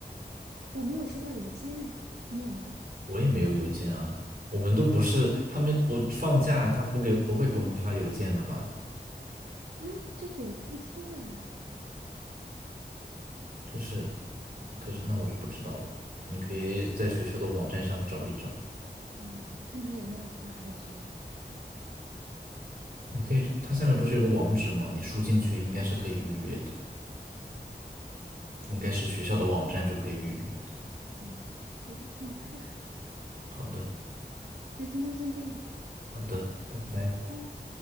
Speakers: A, on the right; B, on the right.
A: 我没有收到邮件，你有吗？
B: 我也没有邮件啊，我们都不是他们，我放假他不给不会给我们发邮件的吧？
A: 那这得注册呀。
B: 这是，可是那我就不知道了。你可以在学校的网站上找一找，
A: 嗯，看他有没有发 IG。
B: 你可以，它下面不是有个网址吗？你输进去应该是可以预约的，应该是学校的网站就可以预约的。
A: 嗯，行，那我试试。
B: 好的，
A: 好，那今天先这样。
B: 好的，拜拜。
A: 好，拜。